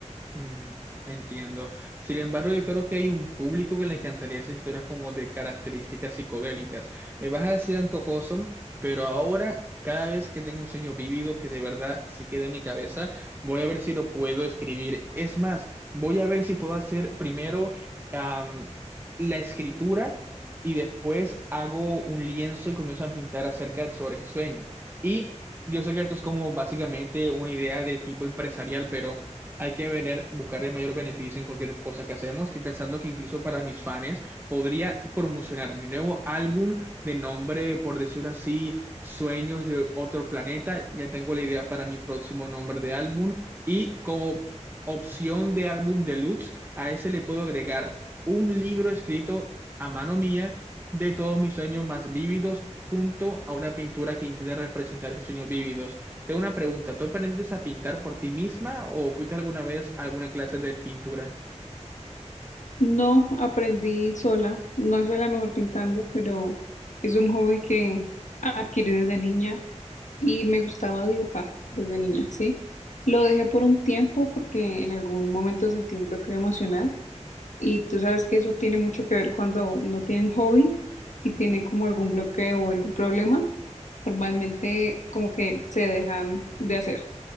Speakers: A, on the right (about 15°); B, on the left (about 85°).
A: Mm, Entiendo. Sin embargo, yo creo que hay un público que le encantaría esas historias como de características psicodélicas. Me vas a decir antojoso, pero ahora, cada vez que tengo un sueño vívido que de verdad se quede en mi cabeza, voy a ver si lo puedo escribir. Es más, voy a ver si puedo hacer primero am, la escritura y después hago un lienzo y comienzo a pintar acerca sobre ese sueño. Y yo sé que esto es como básicamente una idea de tipo empresarial, pero... Hay que venir, buscar el mayor beneficio en cualquier cosa que hacemos. Estoy pensando que incluso para mis fans podría promocionar mi nuevo álbum de nombre, por decirlo así, Sueños de otro planeta. Ya tengo la idea para mi próximo nombre de álbum. Y como opción de álbum deluxe, a ese le puedo agregar un libro escrito a mano mía de todos mis sueños más vívidos junto a una pintura que intente representar esos sueños vívidos. Tengo una pregunta, ¿tú aprendiste a pintar por ti misma o fuiste alguna vez a alguna clase de pintura?
B: No aprendí sola, no soy la mejor pintando, pero es un hobby que adquirí desde niña y me gustaba dibujar desde niña, ¿sí? Lo dejé por un tiempo porque en algún momento sentí un bloqueo emocional Y tú sabes que eso tiene mucho que ver cuando no tienen hobby y tienen como algún bloqueo o algún problema. Normalmente como que se dejan de hacer.